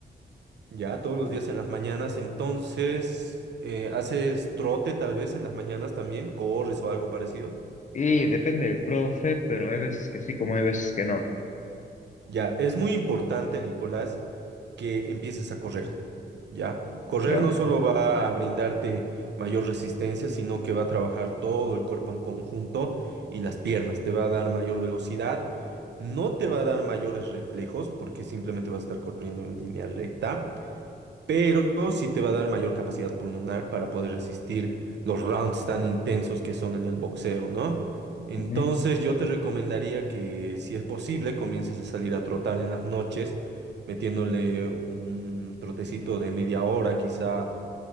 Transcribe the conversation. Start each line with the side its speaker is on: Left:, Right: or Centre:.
Right: Ya, todos los días en las mañanas. Entonces, eh, haces trote tal vez en las mañanas también. Corres o algo parecido.
Left: Y depende del profe, pero hay veces que sí, como hay veces que no.
Right: Ya, es muy importante, Nicolás, que empieces a correr. ¿ya? Correr
Left: ¿Ya?
Right: no solo va a brindarte mayor resistencia, sino que va a trabajar todo el cuerpo en conjunto y las piernas, te va a dar mayor velocidad, no te va a dar mayores reflejos porque simplemente vas a estar corriendo en línea recta, pero sí te va a dar mayor capacidad pulmonar para poder resistir los rounds tan intensos que son en el boxeo, ¿no? Entonces
Left: Ujú.
Right: yo te recomendaría que si es posible comiences a salir a trotar en las noches, metiéndole un trotecito de media hora, quizá